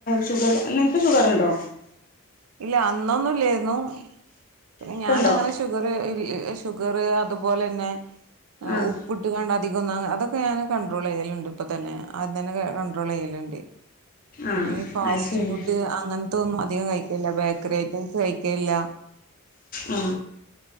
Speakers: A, on the left; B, on the right.
A: ഷുഗർ നിൻക്ക് ഷുഗറ്ണ്ടോ?
B: ഇല്ല അന്നൊന്നുംല്ലായിരുന്നു. പിനെ
A: ഇപ്പുണ്ടോ
B: ഞാന് അങ്ങനെ ഷുഗർ ഇല്ല ഷുഗറ് അതുപോലെന്നെ
A: ആഹ്
B: ഉപ്പ്ട്ട് കാണ്ട് അധിക അതൊക്കെ ഞാൻ കണ്ട്രോളെയ്യലുണ്ട് ഇപ്പൊ തന്നെ അദ്യം തന്നെ കണ്ട്രോളെയ്യലുണ്ട്.
A: ആഹ്
B: പിന്നെ ഈ ഫാസ്റ്റ്
A: അത് ശരി
B: ഫുഡ് അങ്ങൻ ത്തൊന്നും അധികം കഴിക്ക ബേക്കറി അയ്റ്റംസ്. കഴിക്കെല്ല.
A: ആ